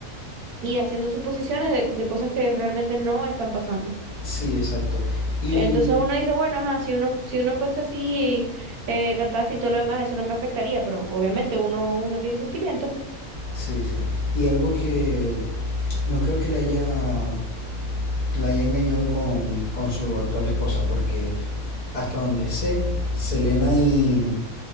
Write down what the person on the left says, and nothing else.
Sí, exacto. Y
sí, sí. Y algo que no creo que le haya, la haya engañado con, con su actual esposa, porque hasta donde sé, Selena y,